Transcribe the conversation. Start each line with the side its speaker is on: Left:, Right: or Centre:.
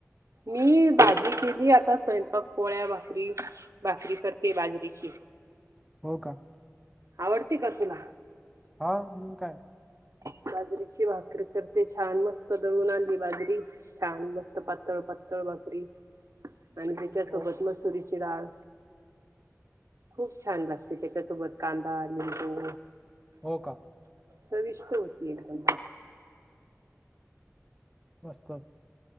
Right: मी भाजी केली आता स्वयंपाक पोळ्या, भाकरी, भाकरी करते बाजरीेची.
Centre: हो का?
Right: आवडती का तुला?
Centre: हा मग काय.
Right: बाजरीची भाकरी करते ते छान मस्त दळून आणली बाजरी. छान मस्त पातळ पातळ भाकरी आणि हच्यासोबत
Centre: हो
Right: मस्त तुरीची डाळ खूप छान लागते त्याच्यासोबत. कांदा, लिंबू.
Centre: हो का.
Right: चविष्ट होती एकदम.
Centre: मस्त